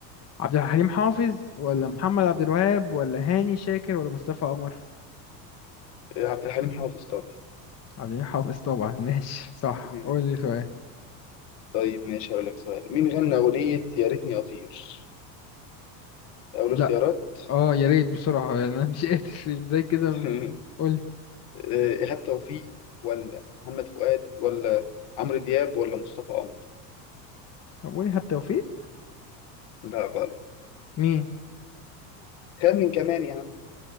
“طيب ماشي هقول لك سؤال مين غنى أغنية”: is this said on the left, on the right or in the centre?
Left